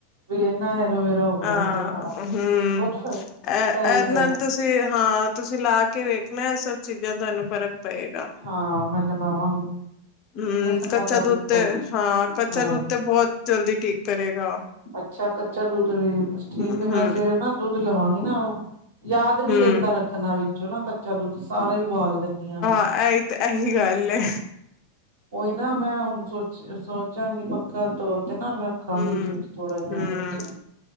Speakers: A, on the right; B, on the left.
A: ਵੀ ਇਨਾ ਐਲੋਵੇਰਾ ਹੋ ਗਿਆ
B: ਹਮ।
A: ਮੇਰੇ ਘਰ ਬਹੁਤ ਫੈਲ
B: ਇਹ ਇਹਦੇ
A: ਗਿਆ।
B: ਨਾਲ ਤੁਸੀਂ ਹਾਂ ਤੁਸੀਂ ਲਾ ਕੇ ਵੇਖਣਾ ਸਭ ਚੀਜ਼ਾਂ ਤੁਹਾਨੂੰ ਫ਼ਰਕ। ਪਏਗਾ।
A: ਹਾਂ ਮੈਂ ਲਗਾਵਾਂਗੀ।
B: ਹਮ
A: ਲਸਣ
B: ਕੱਚਾ
A: ਵਾਲਾ
B: ਦੁੱਧ
A: ਵੀ
B: ਤੇ
A: ਕਰ
B: ਹਾਂ ਕੱਚਾ
A: ਹਾਂ
B: ਦੁੱਧ ਤੇ ਬਹੁਤ ਜਲਦੀ ਠੀਕ ਕਰੇਗਾ।
A: ਅੱਛਾ ਕੱਚਾ ਦੁੱਧ ਵੀ ਬਸ ਠੀਕ
B: ਹਮ
A: ਏ ਮੈਂ
B: ਹਮ
A: ਸਵੇਰੇ ਨਾ ਦੁੱਧ ਲਵਾਂਗੀ ਨਾ ਉਹ ਯਾਦ ਨੀ
B: ਹਮ
A: ਰਹਿੰਦਾ ਰੱਖਣਾ ਵਿੱਚੋਂ ਨਾ ਕੱਚਾ ਦੁੱਧ ਸਾਰਾ ਹੀ ਉਬਾਲ ਦਿੰਣੀ ਆ।
B: ਇਹੀ ਤੇ ਇਹੀ ਗੱਲ ਏ।
A: ਉਹੀ ਨਾ ਮੈਂ ਹੁਣ ਸੋਚ ਸੋਚਾਂਗੀ ਪੱਕਾ ਤੋਰ ਤੇ ਨਾ ਰੱਖਾਂਗੀ
B: ਹੂੰ-ਹੂੰ।
A: ਦੁੱਧ ਥੋੜਾ ਜਿਹਾ ਕੱਚਾ